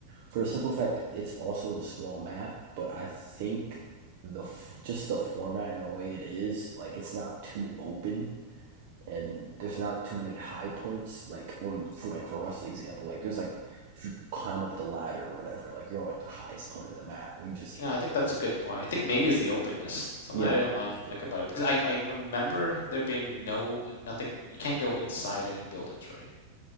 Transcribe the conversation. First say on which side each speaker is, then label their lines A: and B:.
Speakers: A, on the right; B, on the left.
A: for a simple fact that it's also a small map, but I think the f- just the format and the way it is, like it's not too open and there's not too many high points. Like on for like for Rust example, like there's like if you climb up the ladder or whatever, like you're on like the highest point of the map and you just
B: You know, I think that's
A: can't.
B: a good point. I think maybe it's the openness, something
A: yeah,
B: I
A: the
B: didn't
A: openness
B: like
A: too.
B: about it, because I, I remember there being no nothing. You can't go inside any buildings, right?